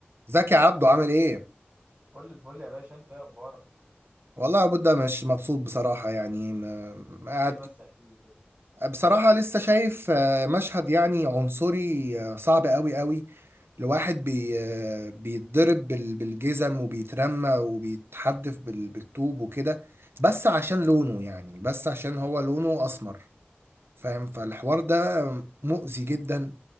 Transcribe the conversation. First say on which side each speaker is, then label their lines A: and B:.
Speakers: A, on the right; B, on the right.
A: زكي عبده عامل ايه؟
B: كل الفل يا باشا انت ايه اخبارك
A: والله يا بودة مش مبسوط بصراحة يعني م-
B: ليه
A: قاعد
B: بس احكي لي كده
A: بصراحة لسه شايف آه، مشهد يعني عنصري آه، صعب قوي قوي لواحد بي آه، بيتضرب بال- بالجزم وبيترمى وبيتحدف بال- بالطوب وكده بس عشان لونه يعني بس عشان هو لونه أسمر فاهم فالحوار ده مؤذي جدا